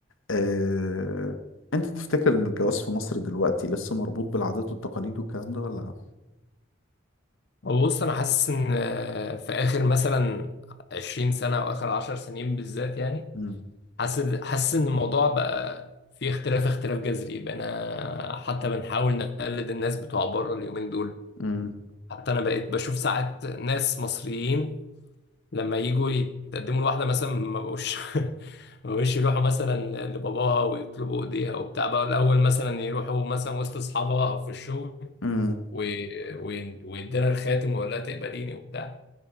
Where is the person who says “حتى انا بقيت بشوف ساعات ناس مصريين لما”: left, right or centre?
Left